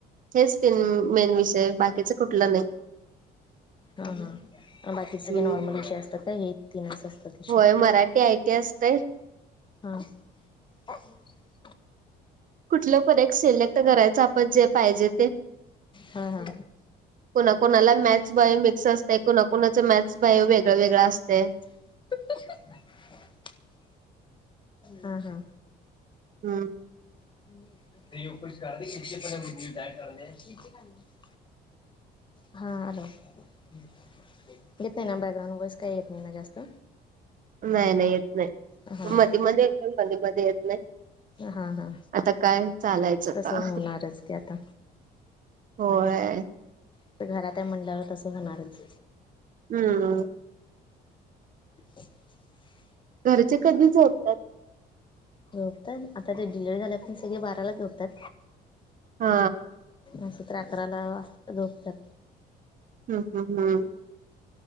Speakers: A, on the right; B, on the left.
A: हेच तीन मेन विषय बाकीच कुठलं नाही.
B: हा हा बाकीचे सगळे
A: हम्म
B: नॉर्मल विषय असतात का हे तीनच असतात? विषय
A: होय मराठी आय टी असतय.
B: हा. <inaudible>
A: कुठलं पण एक सिलेक्ट करायचं आपण जे पाहिजे.
B: हा हा.
A: कोणाकुणाला मॅथ्स बायो मिक्स असतय, कोणाकुणाच मॅथ्स बायो वेगळं वेगळं असतय.
B: <unintelligible> हा हा.
A: हम्म.
B: <unintelligible> हा हॅलो येत नाही ना बॅकग्राउंड वाईस काही येत नाही ना जास्त?
A: नाही नाही येत नाही
B: हां
A: मधी मधी येत मधी मध्ये येत नाही.
B: हां हां
A: आता काय चालायचं आता.
B: तसं होणारच ते आता
A: होय.
B: आता घरात आहे म्हणल्यावर तसं होणारच.
A: हम्म.
B: <inaudible>
A: घरचे कधी झोपतात?
B: झोपतात आता ते डिलव्हरी झाल्यापासून ते सगळे बारालाच झोपतात.
A: हा
B: अस तर अकराला <inaudible> झोपतात.
A: हम् हम् हम्.